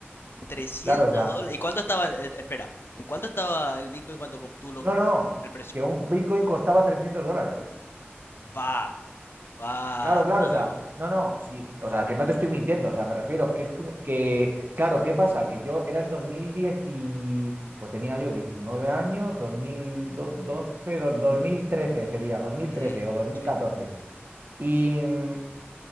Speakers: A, on the left; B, on the right.
A: trescientos
B: Claro, o sea,
A: dólares. ¿Y cuánto estaba? eh, espera, ¿en cuánto estaba el Bitcoin cuando com- tú lo
B: no,
A: compraste?
B: no,
A: El precio.
B: que un Bitcoin costaba 300 dólares.
A: Va. Va,
B: Claro, claro,
A: amigo.
B: o sea, no,
A: Uh,
B: no, sí, o sea, que no te estoy mintiendo, o sea, me refiero que es que, que- claro, ¿qué pasa? Que yo era en 2010 y, pues tenía yo 19 años, 2012, do- 2013 sería, dos mil
A: mm,
B: trece o dos mil
A: sí.
B: catorce Y, mm,